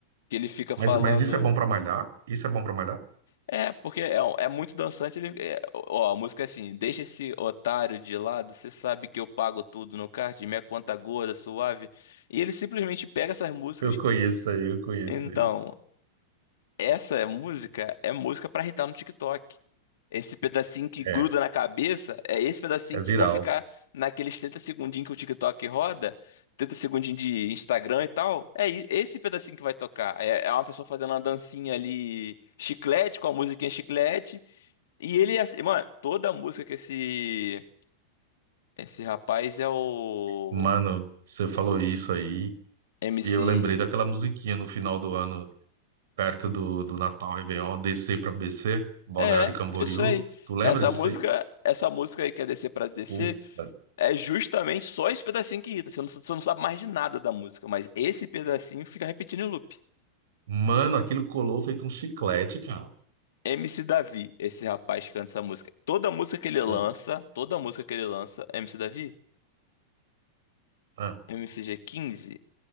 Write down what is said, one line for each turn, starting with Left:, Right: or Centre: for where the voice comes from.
Left: Que ele fica
Right: Mas,
Left: falando.
Right: mas isso é bom para malhar? Isso é bom para malhar?
Left: É, porque é, um- é muito dançante. Ele, é, ó, a música é assim: deixa esse otário de lado, você sabe que eu pago tudo no card, minha conta gorda, suave. E ele simplesmente pega essas músicas.
Right: Eu conheço aí, eu conheço
Left: Então,
Right: aí.
Left: essa música é música pra irritar no TikTok. Esse pedacinho que gruda
Right: É,
Left: na cabeça é esse pedacinho
Right: é
Left: que
Right: viral.
Left: vai ficar naqueles 30 segundinhos que o TikTok roda, 30 segundinhos de Instagram e tal. É i- esse pedacinho que vai tocar. É, é uma pessoa fazendo uma dancinha ali, chiclete, com a musiquinha chiclete. E ele, é assim- mano, toda a música que esse, esse rapaz é o
Right: Mano, você falou isso aí,
Left: MC.
Right: e eu lembrei daquela musiquinha no final do ano, perto do, do Natal Réveillon, descer pra BC, Balneário
Left: É,
Right: Camboriú.
Left: isso aí.
Right: Tu lembras
Left: Essa
Right: disso
Left: música,
Right: aí?
Left: essa música aí que é descer pra descer.
Right: Putz, cara.
Left: É justamente só esse pedacinho que irrita. Você não, você não sabe mais de nada da música, mas esse pedacinho fica repetindo em loop.
Right: Mano, aquilo colou feito um chiclete, cara.
Left: MC Davi, esse rapaz que canta essa música. Toda música que ele lança,
Right: É.
Left: toda música que ele lança, MC Davi?
Right: Ah,
Left: MCG15?